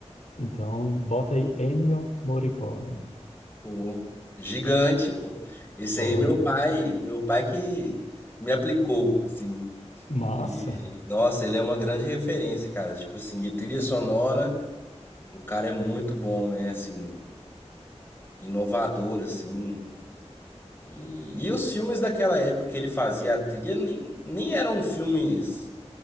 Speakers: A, on the left; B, on the left.
A: então bota aí Ennio Morricone.
B: pô. Gigante, pô. Esse
A: Pô,
B: aí, meu
A: então.
B: pai, meu pai que me aplicou, assim.
A: Massa.
B: E, nossa, ele é uma grande referência, cara. Tipo assim, de trilha sonora. O cara é muito bom, né? Assim, inovador, assim. E, e os filmes daquela época que ele fazia a trilha nem, nem eram filmes